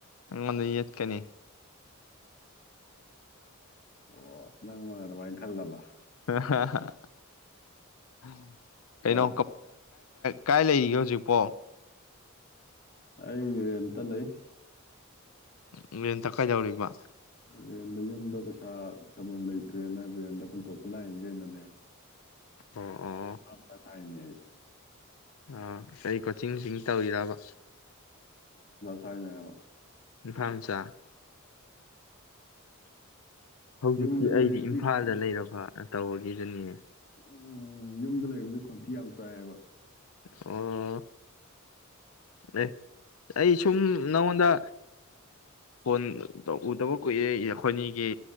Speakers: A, on the left; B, on the left.
A: ꯑꯗ ꯌꯦꯠ ꯀꯅꯤ
B: ꯑꯣ ꯑꯂ ꯑꯗꯨꯃꯥꯏꯅ ꯑꯗꯨꯃꯥꯏꯅ ꯈꯜꯂꯕ
A: ꯍ ꯎꯝ ꯀꯩꯅꯣ
B: ꯐꯔꯦ ꯐꯔꯦ
A: ꯀꯥꯏ ꯂꯩꯔꯤꯒꯦ ꯍꯧꯖꯤꯛꯄꯣ
B: ꯑꯩꯇ ꯂꯩ
A: ꯎꯝꯦꯟ ꯇꯛꯀꯥꯏꯗꯧꯔꯤꯕ
B: ꯔꯦꯟꯗ ꯌꯨꯝꯗ ꯄꯩꯁꯥ ꯇꯝꯐꯝꯝ ꯂꯩꯇ꯭ꯔꯦꯅ ꯔ꯭ꯔꯦꯟꯗ ꯍꯨꯟꯇꯣꯛꯄ ꯂꯥꯛꯏꯅꯤ ꯀꯩꯅꯣꯅꯦ
A: ꯑꯣ ꯑꯣ
B: ꯑꯞ ꯆꯁꯥꯏꯅꯦ
A: ꯑ ꯀꯩ ꯀꯣꯆꯤꯡ ꯇꯧꯏꯤꯗꯔꯕ
B: ꯊꯅꯕ
A: ꯏꯝꯐꯥꯜ ꯃꯆꯥ ꯍꯧꯖꯤꯛꯇꯤ
B: ꯌꯨꯝꯗ
A: ꯑꯩꯗꯤ
B: ꯂꯩꯔꯗꯤ
A: ꯏꯝꯐꯥꯜꯗ
B: ꯈꯣꯟ
A: ꯂꯩꯔꯕ ꯇꯧꯕꯒꯤꯗꯨꯅꯤꯌꯦ
B: ꯎꯝ ꯌꯨꯝꯗ ꯂꯩꯕꯗꯤ ꯈꯣꯟꯇꯤ ꯌꯥꯝ ꯆꯥꯏꯌꯦꯕ
A: ꯑꯣ ꯑꯦ ꯑꯩ ꯁꯨꯝ ꯅꯉꯣꯟꯗ ꯐꯣꯟ ꯎꯗꯕ ꯀꯨꯏꯔꯦ ꯑꯩꯈꯣꯏꯅꯤꯒꯤ